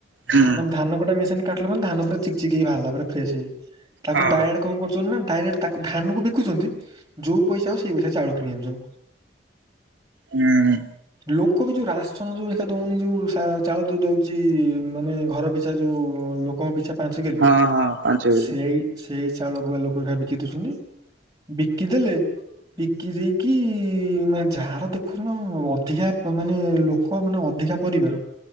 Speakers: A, on the right (about 85°); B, on the right (about 20°).
A: ହୁଁ।
B: ତମେ ଧାନ କଟା ମେସିନ କାଟିଲ ମାନେ, ଧାନ ପୁରା ଚିକ ଚିକ ହେଇ ବାହାରିଲା ପୁରା ଫ୍ରେସ୍‌ ହେଇ, ତାକୁ
A: ହଁ।
B: ଡାୟଡେ କଣ କରୁଚନ୍ତି ନା, ଡାଇରେକ୍ଟ ତାକୁ ଧାନକୁ ବିକୁୁଚନ୍ତି ଯୋଉ ପଇସା ହଉ, ସେଇ ପଇସାରେ ଚାଉଳ କିଣି ଆଣୁଚନ୍ତି।
A: ହୁଁ।
B: ଲୋକ ବି ଯୋଉ ରାସନ ଯୋଉ ଲେଖା ଦଉନି, ଯୋଉ ଚାଉଳ ଦଉ ଦଉଚି, ମାନେ ଘର ପି ଏ ଯୋଉ ଲୋକଙ୍କ ପିଛା ପାଞ୍ଚ କେଲି,
A: ହଁ ହଁ ପାଞ୍ଚ କିଲୋ
B: ସେଇ ସେଇ ଚାଉଳକୁ ବା ଲୋକ ରା ବିକି ଦଉଚନ୍ତି। ବିକିଦଲେ ବିକି ଦେଇକି ମାନେ, ଯାହାର ଦେଖୁନ ଅଧିକା ମାନେ ଲୋ କ ମାନେ ଅଧିକା ପରିବାର,